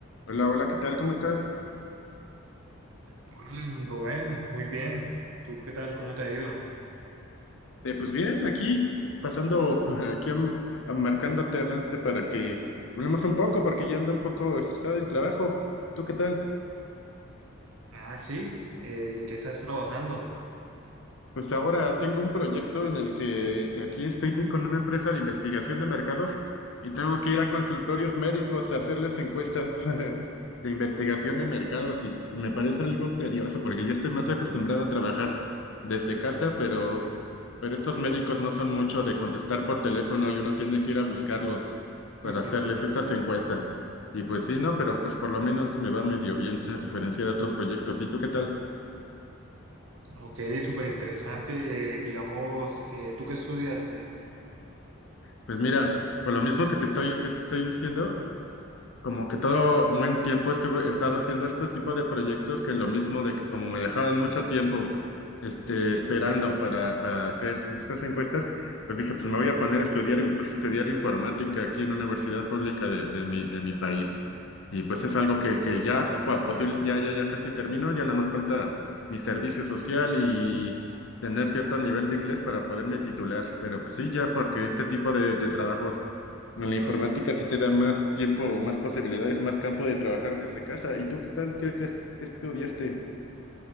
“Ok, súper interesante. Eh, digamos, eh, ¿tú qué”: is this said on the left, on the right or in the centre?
Right